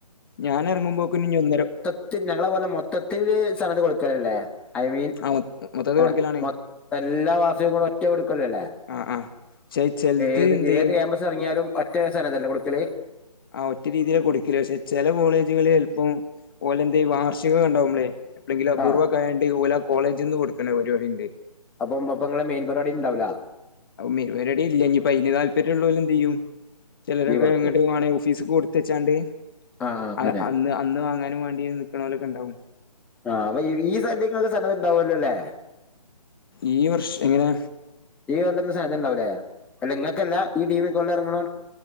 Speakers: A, on the left (about 35°); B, in the centre.
A: ഞാൻ എറങ്ങുമ്പോക്ക് ഇനി ഒന്നര
B: തും ഞങ്ങളെ പോലെ മൊത്തത്തില്ൽ സവന്ത്‌ കൊടുക്കലല്ലേ ഐ മീൻ
A: ആ മൊത്തത്തിൽ
B: ഏ
A: കൊടുക്കലാണ്
B: മൊ എല്ലാ വാസികും ഒറ്റ എടുക്കല്ലോല്ലേ
A: ആ ആ പക്ഷെ ചെലത്
B: ഏത്
A: എന്ത് ചെയ്യും
B: ഏ മസ് ഇജ്ജ് ഇറങ്ങിയാലും ഒറ്റേ സ്നത് അല്ല കുടുക്കല്.
A: ആഹ് ഒറ്റ രീതിയില കൊടുക്കില്ല് പക്ഷെ ചില കോളേജുകളിൽ ചല്പ്പം ഓലെ എന്താ ഈ വാർഷികെണ്ടാവുമ്പളേ. എപ്പോളെങ്കിലും അപൂർവകെയോണ്ട്
B: ആ
A: ഓലാ കോളേജിൽ നിന്ന് കൊടുക്കണേ പരിപാടി ഉണ്ട്.
B: അപ്പം അപ്പ ഇങ്ങളെ മെയിൻ പരിപാടി ഉണ്ടാവുല്ല.
A: മെയിൻ പരിപാടി ഇല്ല ഇനിപ്പയിന് താല്പര്യമുള്ളോല് എന്ത് ചെയ്യും ചിലരൊക്കെങ്ങട്ട്
B: ലീവ് എടുക്കും
A: <unintelligible> ഓഫീസ് കൊടുത്തച്ചാണ്ട്
B: ആഹ് ആഹ് അങ്ങനെ
A: അ അന്ന് അന്ന് വാങ്ങാനും വാണ്ടി നിക്കണൊ ലൊക്കെ ഉണ്ടാവും.
B: ആഹ് അപ്പൊ ഈ <unintelligible> നിങ്ങക്ക് സനത് ഉണ്ടാവോല്ലോല്ലെ.
A: ഈ വർഷം എങ്ങനെ.
B: ഈ കൊല്ലം സനത് ഉണ്ടാവുല്ലേ അല്ലെ ങ്ങക്കല്ല ഈ ടീമി കൊല്ലാം അറങ്ങ്ണൊ